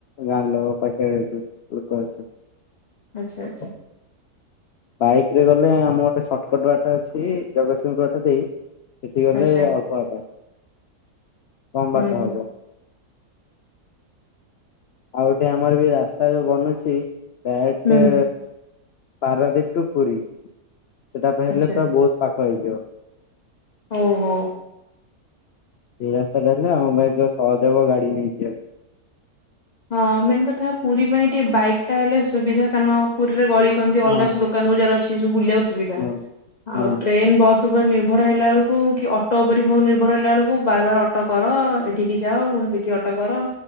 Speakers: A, on the left; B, on the left.
A: ଗାଁ ଲୋକ ପାଖରେ ସେ। ଲୋକ ଅଛ
B: ଆଚ୍ଛା ଆଚ୍ଛା।
A: ବାଇକ୍ ରେ ଗଲେ ଆମ ଗୋଟେ ସର୍ଟକଟ୍ ବାଟ ଅଛି ଜଗତସିଂହପୁ ବାଟ ଦେଇ ସେଠି ଗଲେ
B: ଆଚ୍ଛା
A: ଅ ପ ଆଟ କମ୍
B: ହୁଁ
A: ବାଟ
B: ହୁଁ।
A: ହବ। ଆଉ ଗୋଟେ ଆମର ବି ରାସ୍ତା ବି ବନୁଛି ଡାଇରେକ୍ଟ
B: ହୁଁ
A: ପାରାଦୀପ ଟୁ ପୁରୀ ସେଟା ବେ ହେଲେ
B: ଆଚ୍ଛା
A: ତ ବୋହୁତ ପାଖ ହେଇଯିବ।
B: ଓହୋ।
A: ଏ ରାସ୍ତାଟା ହେଲେ ଆମ ପାଇଁ ତ ସହଜ ହବ ଗାଡ଼ି ନେଇକିି ଯିବାକୁ।
B: ହଁ ମେନ୍ କଥା ପୁରୀ ପାଇଁ ଟିକେ ବାଇକ୍ ଟା ହେଲେ ସୁବିଧା କାନ ପୁରୀରେ ଗଳି କନ୍ଦି ଅଲଗା
A: ହଁ
B: ସୁଦୁ କାନ ବଜାର ଅଛି ସବୁ ବୁଲିବାକୁ ସୁବିଧା।
A: ହୁଁ ହୁଁ
B: ଆଉ ଟ୍ରେନ ବସ୍ ତୁବ ନିର୍ଭର ହେଲା ଅଳୁକୁ କି ଅଟୋ ଉପରେ ହୋଉ ନିର୍ଭର ହେଲା ଅଳୁକୁ ବାର ବାର ଅଟୋ କର ଏଠିକି ଯାଅ ପୁଣି କି ଅଟ କର